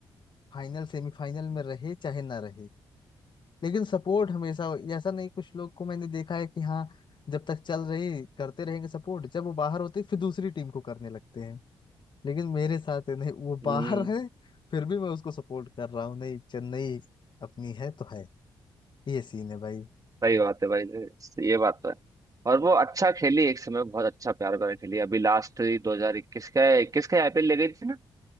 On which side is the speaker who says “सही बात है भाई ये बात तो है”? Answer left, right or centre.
Right